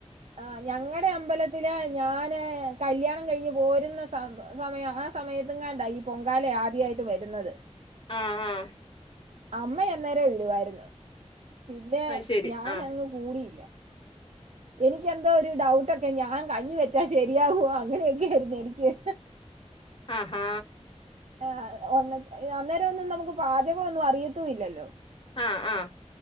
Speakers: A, on the right (about 65°); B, on the left (about 45°).
A: ആഹ് ഞങ്ങടെ അമ്പലത്തില് ഞാന് കല്യാണം കഴിഞ്ഞ് പോരുന്ന സ സമയം എഹ് സമയത്തും കാണ്ടാ ഈ പൊങ്കാല ആദ്യായിട്ട് വരുന്നത്
B: ആഹ് ആഹ്
A: അമ്മേ അന്നേരം വിടുവായിരുന്നു പിന്നെ
B: അത് ശരി
A: ഞാനങ്ങ്
B: ആഹ്
A: കൂടിയില്ല എനിക്കെന്തോ ഒരു ഡൗട്ടൊക്കെ ഞാൻ കഞ്ഞി വെച്ചാ ശെരിയാവോ അങ്ങനൊക്കെയായ്രുന്നു എനിക്ക്
B: ആഹ് ഹാ
A: ആഹ് ഒ അന്നേരം ഒന്നും നമുക്ക് പാചകം ഒന്നും അറിയത്തൂല്ലല്ലോ
B: ആഹ് ആഹ്